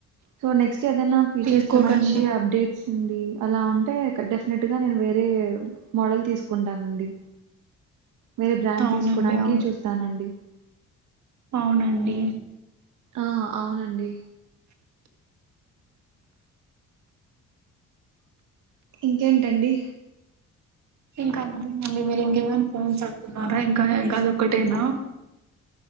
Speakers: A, on the right; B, on the right.
A: సో నెక్స్ ఏదన్న ఫీచర్స్
B: తీసుకోకండి
A: మంచి అప్డేట్స్ అండి అలా ఉంటే డెఫినెట్గా నేను వేరే మోడల్ తీసుకుంటానండి. వేరే బ్రాండ్
B: అవునండి
A: తీస్కోడానికి
B: అవును
A: చూస్తానండి.
B: అవునండి
A: ఆ అవునండి. ఇంకేంటండి.
B: ఇంకా అంతేనండి మీరు ఇంకేమైనా ఫోన్స్ అనుకున్నారా ఇంకా గదొక్కటేనా?